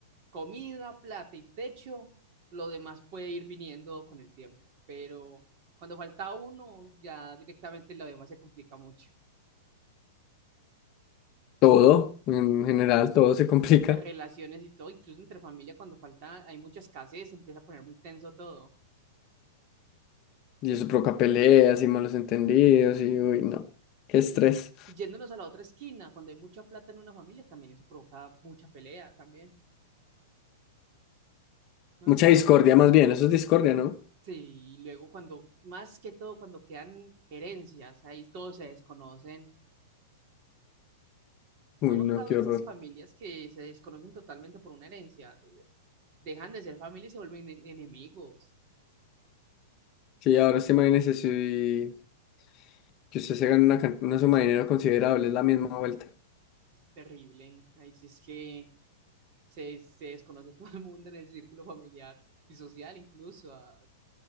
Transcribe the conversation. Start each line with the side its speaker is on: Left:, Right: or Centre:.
Right: comida, plata y techo, lo demás puede ir viniendo con el tiempo. Pero cuando falta uno, ya directamente lo demás se complica mucho.
Left: Todo, en general, todo se complica.
Right: Las relaciones y todo, incluso entre familia, cuando falta, hay mucha escasez, se empieza a poner muy tenso todo.
Left: Y eso provoca peleas y malos entendidos y, uy, no. Qué estrés.
Right: Y, y yéndonos a la otra esquina, cuando hay mucha plata en una familia, también eso provoca mucha pelea también. ¿No
Left: Mucha
Right: he visto?
Left: discordia más bien, eso es discordia, ¿no?
Right: Sí, y luego cuando, más que todo, cuando quedan herencias, ahí todos se desconocen.
Left: Uy,
Right: ¿No han notado
Left: no, qué
Right: esas
Left: horror.
Right: familias que se desconocen totalmente por una herencia? De- Dejan de ser familia y se vuelven en- enemigos.
Left: Sí, ahora sí imagínese si que usted se gana una, can- una suma de dinero considerable, es la misma vuelta.
Right: Terrible. Ahí sí es que se, se desconoce <laughs> todo el mundo en el círculo familiar y social incluso. ah,